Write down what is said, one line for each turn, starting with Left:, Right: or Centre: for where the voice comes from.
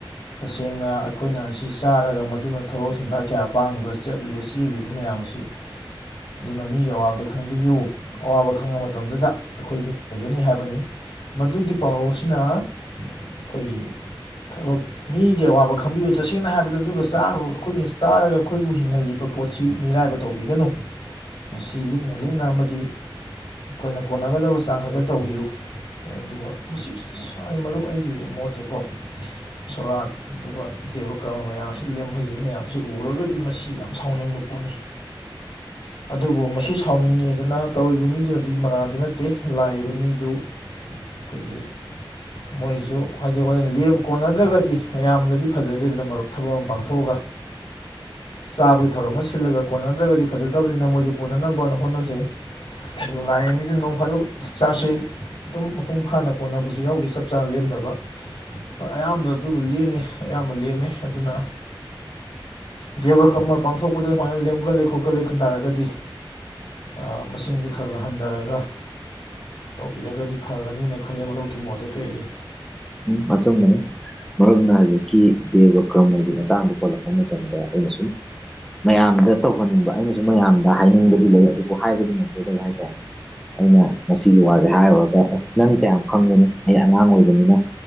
Left: ꯇꯁꯦꯡꯅ ꯑꯩꯈꯣꯏꯅ ꯑꯁꯤ ꯆꯥꯔꯒ ꯃꯗꯨꯅ ꯊꯕꯛ ꯁꯤꯟꯊꯥꯛ ꯀꯌꯥ ꯄꯥꯡꯉꯤꯕ ꯆꯠꯂꯤꯕ ꯆꯦꯜꯂꯤꯕ ꯃꯌꯥꯝ ꯑꯁꯤ
Centre: <inaudible>
Left: ꯑꯗꯨꯅ ꯃꯤꯒꯤ ꯑꯋꯥꯕꯗ ꯈꯪꯕꯤꯌꯨ ꯑꯋꯥꯕ ꯈꯪꯕ ꯃꯇꯝꯗꯨꯗ ꯑꯈꯣꯏ ꯃꯤ ꯑꯣꯏꯒꯅꯤ ꯍꯥꯏꯕꯅꯤ ꯃꯗꯨꯒꯤ ꯄꯥꯎꯔꯧꯁꯤꯅ ꯑꯈꯣꯏꯒꯤ ꯊꯕꯛ ꯃꯤꯒꯤ ꯑꯋꯥꯕ ꯈꯪꯕꯤꯌꯨ ꯇꯁꯦꯡꯅ ꯍꯥꯏꯕꯗ ꯑꯗꯨꯒ ꯆꯥꯕꯥ ꯑꯈꯣꯏꯒꯤ ꯆꯥꯔꯒ ꯑꯈꯣꯏꯕꯨ ꯍꯤꯡꯍꯜꯂꯤꯕ ꯄꯣꯠꯁꯤ ꯃꯤꯔꯥꯏꯕ ꯇꯧꯕꯤꯒꯅꯨ ꯃꯁꯤ ꯂꯤꯛꯅ ꯂꯤꯛꯅ ꯑꯃꯗꯤ ꯑꯈꯣꯏꯅ ꯀꯣꯟꯅꯒꯗꯕ ꯆꯥꯡ ꯈꯛꯇ ꯇꯧꯕꯤꯌꯨ ꯍꯣꯢ ꯑꯗꯨꯒ ꯃꯁꯤ ꯁ꯭ꯋꯥꯢ ꯃꯔꯨꯞ ꯑꯩꯒꯤ ꯃꯣꯠꯇ ꯀꯣ ꯁꯣꯔꯥꯠ ꯑꯗꯨꯒ ꯗꯦꯕ ꯀꯔꯃ ꯃꯌꯥꯝꯁꯤꯗ ꯂꯦꯝꯍꯜꯂꯤꯕ ꯃꯌꯥꯝꯁꯤ ꯎꯔꯨꯔꯒꯗꯤ ꯃꯁꯤ ꯌꯥꯝ ꯁꯥꯎꯅꯤꯡꯕ ꯄꯣꯠꯅꯤ
Centre: <inaudible>
Left: ꯑꯗꯨꯕꯨ ꯃꯁꯤ ꯁꯥꯎꯅꯤꯡꯉꯦꯗꯅ ꯇꯧꯔꯤꯕ ꯃꯤꯗꯨꯅꯗꯤ ꯃꯔꯥꯟꯗꯤ ꯅꯠꯇꯦ ꯂꯥꯛꯏꯕ ꯃꯤꯗꯨ ꯑꯈꯣꯏꯒꯤ ꯃꯣꯏꯁꯨ ꯍꯥꯏꯗꯤ ꯍꯣꯔꯦꯟ ꯂꯦꯝ ꯀꯣꯟꯅꯗ꯭ꯔꯒꯗꯤ ꯃꯌꯥꯝꯗꯗꯤ ꯐꯖꯗꯦꯗꯅ ꯑꯗꯨꯅ ꯃꯔꯨꯞ ꯊꯕꯛ ꯑꯃ ꯄꯥꯡꯊꯣꯛꯑꯒ
Centre: <inaudible>
Left: ꯆꯥꯕꯒꯤ ꯊꯧꯔꯝ ꯑꯃ ꯁꯤꯜꯂꯒ ꯀꯣꯟꯅꯗ꯭ꯔꯒꯗꯤ ꯐꯖꯗꯕꯅꯤꯅ ꯃꯣꯏꯁꯨ ꯀꯣꯟꯅꯅꯕꯅ ꯍꯣꯠꯅꯖꯩ ꯑꯗꯨꯒ ꯂꯥꯛꯢꯕ ꯃꯤꯗꯤꯅ ꯅꯣꯡ ꯐꯗꯣꯛ ꯆꯥꯛꯁꯤ ꯑꯗꯨꯝ ꯃꯄꯨꯡ ꯐꯥꯅ ꯀꯣꯟꯅꯕꯁꯨ ꯌꯥꯎꯈꯤ ꯆꯞ ꯆꯥꯅ ꯂꯦꯝꯗꯕ ꯑꯌꯥꯝꯕ ꯑꯗꯨꯕꯨ ꯂꯦꯝꯃꯤ ꯑꯌꯥꯝꯕ ꯂꯦꯝꯃꯤ ꯑꯗꯨꯅ ꯗꯦꯕ ꯀꯔꯃ ꯄꯥꯡꯊꯣꯛꯄꯗ ꯁꯨꯃꯥꯏꯅ ꯂꯦꯝꯒꯜꯂꯦ ꯈꯣꯠꯀꯠꯂꯦ ꯈꯟ ꯇꯥꯔꯒꯗꯤ ꯑ ꯃꯁꯤꯡꯁꯦ ꯈꯔ ꯈꯔ ꯍꯟꯊꯔꯒ ꯇꯧꯕꯤꯔꯒꯗꯤ ꯐꯒꯅꯤꯅ ꯈꯜꯂꯦ ꯃꯔꯨꯞꯀꯤ ꯃꯣꯠꯇ ꯀꯔꯤ ꯂꯩ
Centre: ꯎꯝ ꯑꯆꯨꯝꯕꯅꯤ ꯃꯔꯨꯞꯅ ꯍꯧꯖꯤꯛꯀꯤ ꯗꯦꯕ ꯀꯔꯃꯒꯤ ꯃꯇꯥꯡꯗ ꯄꯜꯂꯛꯄ ꯃꯇꯝꯗ ꯑꯩꯅ ꯁꯨꯝ ꯃꯌꯥꯝꯗ ꯇꯧꯍꯟꯅꯤꯡꯕ ꯑꯩꯅꯁꯨ ꯃꯌꯥꯝꯗ ꯍꯥꯏꯅꯤꯡꯕꯗꯤ ꯂꯩ ꯑꯗꯨꯕꯨ ꯍꯥꯏꯕꯗꯤ ꯉꯝꯖꯗꯕ ꯍꯥꯏꯇꯥꯔꯦ ꯑꯩꯅ ꯃꯁꯤꯒꯤ ꯋꯥꯁꯦ ꯍꯥꯏꯔꯨꯔꯒ ꯑꯦ ꯅꯪ ꯀꯌꯥꯝ ꯈꯪꯕꯅꯣ ꯑꯩꯅ ꯑꯉꯥꯡ ꯑꯣꯏꯕꯅꯤꯅ